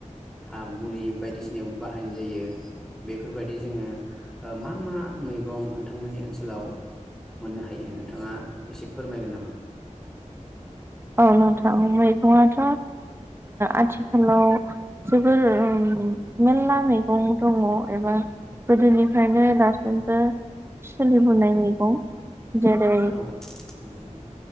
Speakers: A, in the centre; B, on the right (about 20°).
A: हा मुलि बायदिसिनायावबो बाहायनाय जायो बेफोरबायदि जोङो मा मा मैगं नोंथांमोननि ओनसोलाव मोननो हायो नोंथाङा एसे फोरमायगोन नामा
B: औ नोंथां मैगंआथ' आथिखालाव जोबोर मेरला मैगं दङ एबा गोदोनिफ्रायनो दासिमबो सोलिबोनाय मैगं जेरै
A: औ नंगौ नोंथां